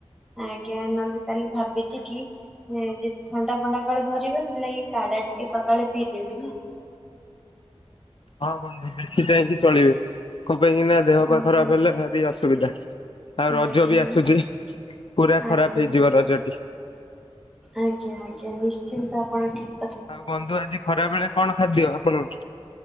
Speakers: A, in the centre; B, on the left (about 50°).
A: ଆଜ୍ଞା ନହେଲେ କାଲି ଭାବିଚି କି ଯଦି ଥଣ୍ଡା ଫଣ୍ଡା କାଳେ ଧରିବ। ସେଥିଲାଗି କାଡା ଟିକେ ସକାଳେ ପିଇଦେବି ନା।
B: ହଁ ବନ୍ଧୁ ଦେଖି ଚାହିଁକି ଚଳିବେ। ପାଇଁକିନା ଦେହ ପା
A: ଆଜ୍ଞା
B: ଖରାପ ହେଲେ ଭାରି ଅସୁବିଧା। ଆଉ ରଜ
A: ଆଜ୍ଞା।
B: ବି ଆସୁଛି। ପୁରା
A: ଆଜ୍ଞା
B: ଖରାପ ହେଇଯିବ ରଜ। କି
A: ଆଜ୍ଞା ଆଜ୍ଞା ନିଶ୍ଚିନ୍ତ ଆପଣ ଠିକ୍
B: ଆଉ ବନ୍ଧୁ ଆଜି ଖରାବେଳେ କଣ ଖାଦ୍ୟ। ଆପଣ